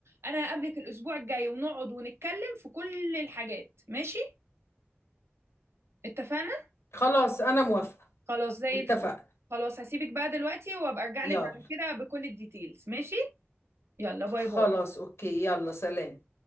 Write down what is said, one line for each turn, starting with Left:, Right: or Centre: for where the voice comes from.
Right: انا هقابلك الاسبوع الجاي ونقعد ونتكلم في كل الحاجات ماشي اتفقنا
Left: خلاص انا موافقة
Right: خلاص زي
Left: اتفقنا
Right: الفل خلاص هسيبك بقى دلوقتي وابقى ارجع
Left: يلا
Right: لك بعد كده بكل الديتيلز ماشي يلا باي
Left: خلاص
Right: باي
Left: اوكي يلا سلام